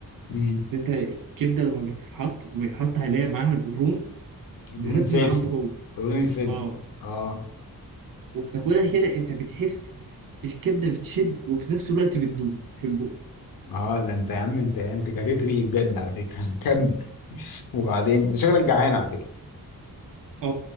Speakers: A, on the left; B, on the right.
A: امم
B: بس أنت الكبدة لما بتتحط ويتحط عليها معاها القرون بالذات
A: قولون فلفل
B: من عنده هو
A: قولون الفلفل
B: اه
A: اه
B: وبتاكلها كده انت بتحس الكبده بتشد وفي نفس الوقت بتدوب في البق
A: اه ده انت يا عم انت انت جريت ريقي بجد على فكره <laughs> كمل وبعدين انت شكلك جعان على فكره
B: اه